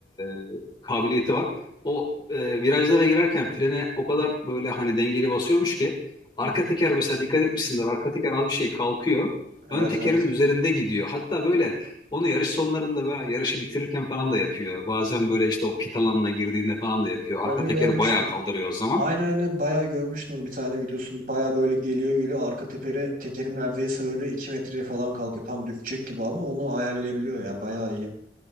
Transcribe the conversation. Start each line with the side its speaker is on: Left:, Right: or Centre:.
Left: e, kabiliyeti var. O e, virajlara girerken frene o kadar böyle hani dengeli basıyormuş ki arka
Right: Hı hı.
Left: teker mesela dikkat etmişsindir arka teker az bir şey kalkıyor.
Right: Evet
Left: Ön tekerin
Right: evet
Left: üzerinde gidiyor. Hatta böyle onu yarış sonlarında veya yarışı bitirirken falan da yapıyor. Bazen böyle işte o pit alanına girdiğinde falan da yapıyor.
Right: onu
Left: Arka teker
Right: görmüştüm.
Left: bayağı kaldırıyor o zaman.
Right: Aynen aynen bayağı görmüştüm onu bir tane videosunu. Bayağı böyle geliyor geliyor arka teperi tekeri neredeyse böyle 2 metreye falan kalkıyor. Tam düşecek gibi ama onu ayarlayabiliyor ya. Bayağı iyi